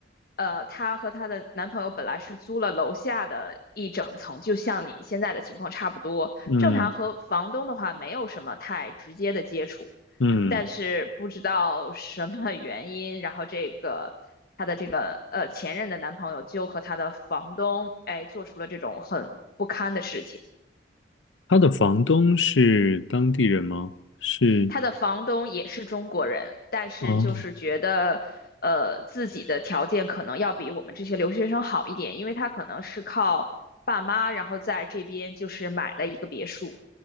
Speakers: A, on the left; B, on the left.
A: 呃，她和她的男朋友本来是租了楼下的一整层，就像你现在的情况差不多。
B: 嗯
A: 正常和房东的话没有什么太直接的接触，
B: 嗯，
A: 但是不知道什么原因，然后这个她的这个呃前任的男朋友就和她的房东哎做出了这种很不堪的事情。
B: 他的房东是当地人吗？是，
A: 她的房东也是中国人，但是就是觉得呃自己的条件可能要比我们这些留学生好一点，
B: 哦
A: 因为他可能是靠爸妈，然后在这边就是买了一个别墅。